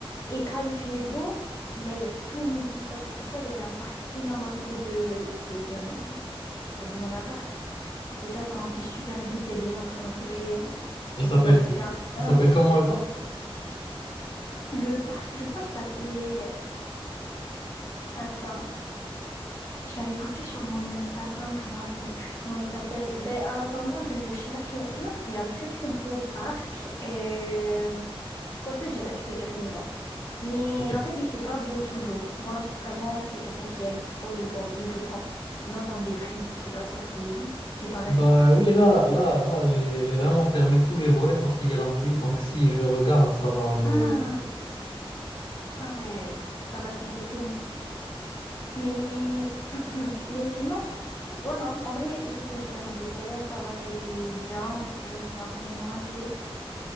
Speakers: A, on the left; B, on the left.
A: Et quand il fait beau, ben, il y a tout le monde qui sort. Genre, tu vois, il y avait un parc énorme à côté de, de, de, de mon appart. Et ça se remplit super vite. Il y a des gens en train de jouer euh,
B: Il
A: au
B: s'appelle,
A: sport, etc.
B: il,
A: Non,
B: il s'appelle
A: non,
B: comment le parc?
A: le parc, je crois que ça s'appelait. euh, Attends, je l'avais posté sur mon Instagram, je me rappelle plus comment il s'appelle. Ben, en attendant que je cherche, mais sinon, c'était un très très beau parc. Euh, Bon, je te dirai, je te dirai le nom. Mais
B: Ok.
A: en fait, il fait pas beau toujours. Moi, vraiment, je suis quelqu'un qui aime trop le beau, le beau temps. Sinon, ça me déprime. Je sais pas toi si t'es pareil.
B: Bah oui, là, là, là, j'ai, j'ai vraiment fermé tous les volets parce qu'il y a la pluie. Donc si je regarde, ça va me.
A: Ah, ah ouais, ça va te déprimer. Mais, <clears throat> mais sinon, pff, voilà. En vrai, du coup, j'étais à Manchester, ça va, ça a été bien. Genre, c'est vrai que ma famille m'a manqué.